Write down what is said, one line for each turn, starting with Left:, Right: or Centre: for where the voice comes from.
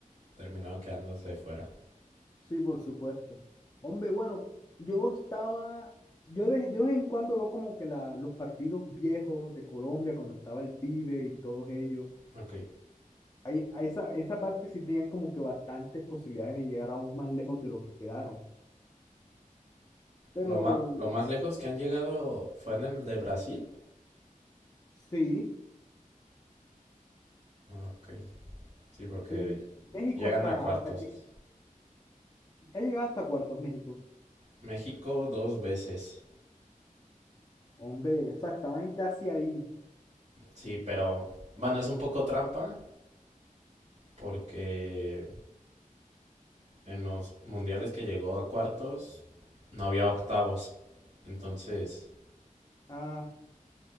Right: terminaron quedándose fuera.
Left: Sí, por supuesto. Hombre, bueno, yo estaba, yo de, de vez en cuando veo como que la, los partidos viejos de Colombia, cuando estaba el pibe y todos ellos,
Right: Ok.
Left: ahí, a esa, esa parte sí tenían como que bastantes posibilidades de llegar aún más lejos de lo que quedaron. Pero
Right: Lo, más lo más lejos que han llegado fue en el de Brasil.
Left: sí,
Right: Ok. Sí, porque
Left: y México
Right: llegan
Left: hasta,
Right: a cuartos.
Left: hasta que, ha llegado hasta cuartos México.
Right: México dos veces.
Left: Hombre, o sea, estaban casi ahí.
Right: Sí, pero bueno, es un poco trampa porque en los mundiales que llegó a cuartos no había octavos. Entonces,
Left: Ah,